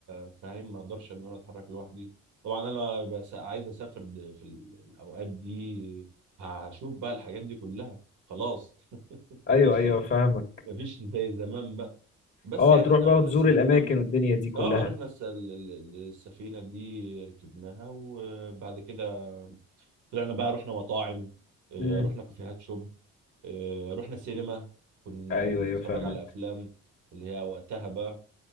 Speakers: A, on the right; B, on the left.
A: فاهم ما اقدرش ان انا اتحرك لوحدي طبعا انا بس عايز اسافر د- في الاوقات دي هشوف بقى الحاجات دي كلها خلاص <laughs> مفيش
B: ايوه ايوه فاهمك
A: مفيش زي زمان بقى بس
B: اه
A: يعني
B: تروح
A: احنا
B: بقى
A: رحنا
B: وتزور
A: السفينه
B: الاماكن والدنيا دي كلها
A: اه رحنا الس- ال- ال- السفينه دي ركبناها وبعد كده طلعنا بقى رحنا مطاعم آه،
B: امم
A: رحنا كافيهات شوب آه، رحنا سينما كنا
B: ايوه
A: بنتفرج
B: ايوه فاهمك
A: على افلام اللي هي وقتها بقى